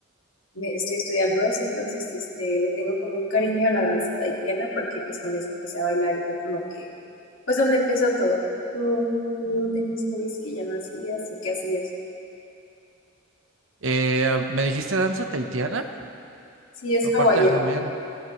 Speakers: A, on the left (about 70°); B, on the right (about 70°).
A: me- estoy estudiando eso, entonces este, le tengo como un cariño a la danza tahitiana porque pues con eso empecé a bailar y fue como que, pues donde empezó todo. ¿Tú, tú tenías hobbies que ya no hacías o qué hacías?
B: Eh, ¿me dijiste danza tahitiana?
A: Sí, es
B: Aparte
A: hawaiano.
B: de hawaiana.